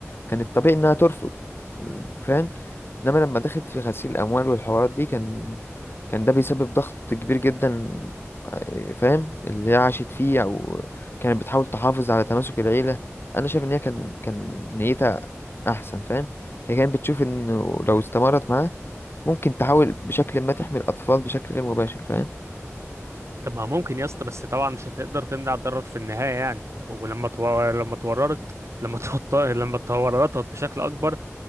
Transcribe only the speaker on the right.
طب ما ممكن يا اسطى بس طبعا مش هتقدر تمنع الضرر في النهاية يعني ولما تو... لما اتورطت لما <laughs> توط... لما اتورطت بشكل أكبر